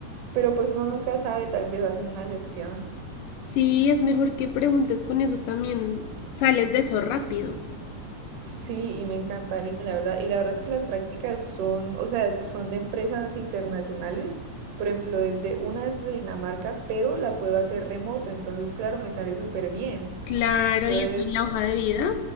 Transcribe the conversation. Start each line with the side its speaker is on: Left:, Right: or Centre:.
Right: pero pues uno nunca sabe, tal vez hacen una excepción.
Left: Sí, es mejor que preguntes con eso también. Sales de eso rápido.
Right: Sí, y me encantaría, la verdad. Y la verdad es que las prácticas son, o sea, son de empresas internacionales. Por ejemplo, desde una es de Dinamarca, pero la puedo hacer remoto, entonces claro, me sale súper bien.
Left: Claro,
Right: Entonces,
Left: y eso en la hoja de vida.